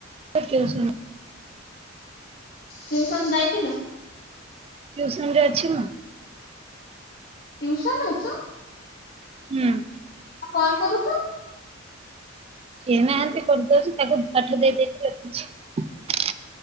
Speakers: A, on the right (about 30°); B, on the left (about 50°).
A: ତା ଟ୍ୟୁସନ।
B: ଟିଉସନ୍ ଯାଇଥିଲୁ?
A: ଟିଉସନ୍ ରେ ଅଛି ମୁଁ।
B: ଟିଉସନ୍ ରେ ଅଛୁ!
A: ହୁଁ।
B: ଆଉ କଲ୍ କରୁଛୁ?
A: କିଏ ନାହାନ୍ତି। କରିଦଉଛି ତାକୁ ପାଠ ଦେଇ ଦେଇଛି ଲେଖୁଛି,